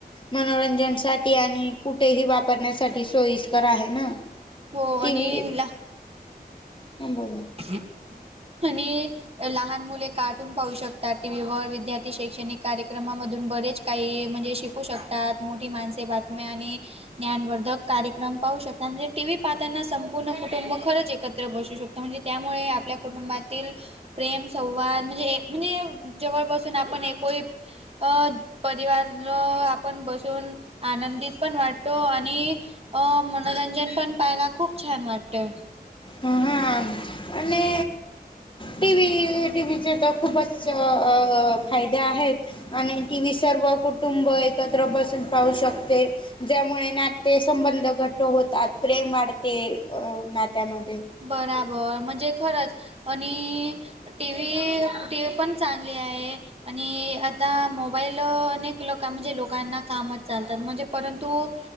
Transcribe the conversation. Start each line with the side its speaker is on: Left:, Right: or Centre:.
Left: मनोरंजनसाठी आणि कुठेही वाप बघण्यासाठी सोईस्कर आहे ना,
Right: हो आणि
Left: टीव्ही
Right: ला
Left: हं बोला
Right: हम् आणि लहान मुले काटून पाहू शकतात टीव्ही व विद्यार्थी शैक्षणिक कार्यक्रमा मधून बरेचं. काही म्हणजे शिकू शकतात. मोठी माणसे बातम्या आणि ज्ञानवर्धक कार्यक्रम पाहू शकता म्हणजे टीव्ही पाहताना संपूर्ण कुटुंब खरंच एकत्र बसू शकत म्हणजे. त्यामुळे आपल्या कुटुंबातील. प्रेम संवाद म्हणजे जवळ बसून आपण एक वहीत अ. परिवार न आपण बसून बघू शकतो. आनंदी पण वाटतो आणि मनोरंजन पण पाहायला खूप छान वाटतें.
Left: ह हा <unintelligible> आम आणि टीव्ही टीव्हीचे तर खूपचं फायदे आहेत. आणि टीव्ही सर्व कुटुंब एकत्र बसून पाहू शकते ज्यामुळे ना. ते संबंध घट्ट होतात. प्रेम वाढते नात्या मध्ये
Right: बरोबर म्हणजे खरंच आणि टीव्ही पण चांगली आहे. आणि आता मोबाईल अनेक लोक म्हणजे लोकांना कामचं चालतात. म्हणजे परंतु